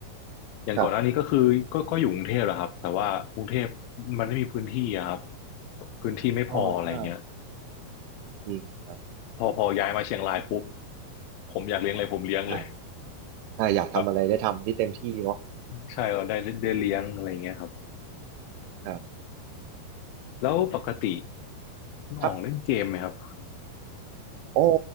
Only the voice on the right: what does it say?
ครับ
อ๋อใช่จริงครับ
แบบ
อ่า อ่าอยากทำอะไรได้ทำที่เต็มที่เนาะ
ครับ
ครับ โอ้